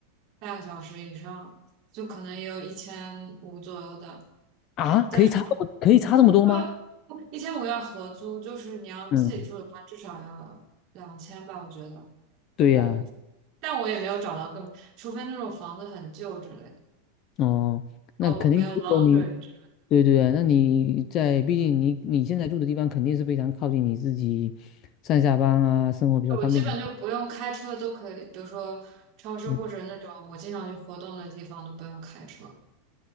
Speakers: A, on the right; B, on the left.
A: 半个小时以上，就可能也有一千五左右的，
B: 啊，
A: 但是
B: 可以差这么可以差这么多吗？
A: 不不，一千五要合租，就是你要自己住的话，
B: 嗯，
A: 至少要两千吧，我觉得
B: 对呀，
A: 我，但我也没有找到更，除非那种房子很旧之类的，
B: 哦，那肯定，
A: 哦，没有
B: 如果你
A: laundry。
B: 对对啊，那你在，毕竟你你现在住的地方肯定是非常靠近你自己上下班啊，生活比较方便。
A: 我基本就不用开车都可以，比如说超市或者那种我经常去活动的地方都不用开车。
B: 嗯，